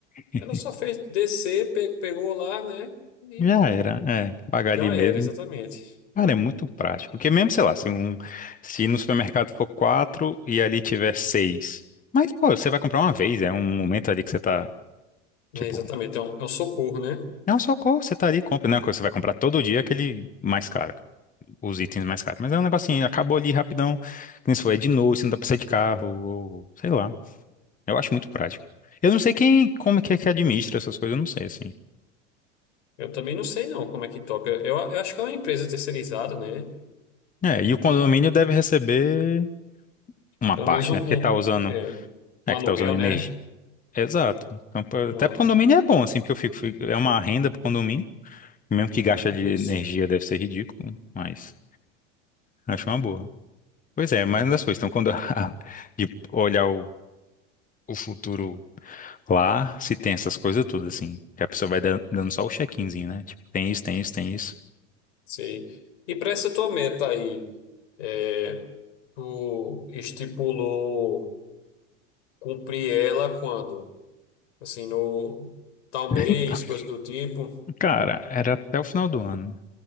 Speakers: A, on the left (about 20°); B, on the left (about 70°).
A: <laughs>
B: Ela só fez descer, pe- pegou lá, né? E
A: Já era, é, pagar
B: já
A: ali mesmo.
B: era, exatamente.
A: Cara, é muito prático. Porque mesmo, sei lá, se, um, se no supermercado for quatro e ali tiver seis. Mas, pô, você vai comprar uma vez, é um momento ali que você tá, tipo,
B: É, exatamente, então é um socorro, né?
A: é um socorro, você tá ali, e compra. Não é uma coisa que você vai comprar todo dia aquele mais caro, os itens mais caros. Mas é um negocinho, acabou ali rapidão, que nem você falou, é de noite, você não dá pra sair de carro, ou, sei lá. Eu acho muito prático. Eu não sei quem, como que é que administra essas coisas, eu não sei, assim.
B: Eu também não sei não como é que toca. Eu, eu acho que é uma empresa terceirizada, né?
A: É, e o condomínio deve receber uma
B: Pelo
A: parte,
B: menos um,
A: né? Porque tá
B: um,
A: usando,
B: é,
A: é
B: um aluguel,
A: que tá usando energia.
B: né?
A: Exato. Então, pra-
B: Uma,
A: até pro condomínio é bom, assim, porque eu fico, fico- é uma renda pro condomínio, mesmo que gasta
B: isso.
A: de energia deve ser ridículo, mas acho uma boa. Pois é, mas uma das coisas, então, quando <laughs> de olhar o, o futuro lá, se tem essas coisas tudo assim, que a pessoa vai dan- dando só o check-inzinho, né? Tipo, tem isso, tem isso, tem isso.
B: Sei. E para essa tua meta aí, é, tu estipulou cumprir ela quando? Assim, no tal
A: <laughs>
B: mês, coisa do tipo.
A: Cara, era até o final do ano.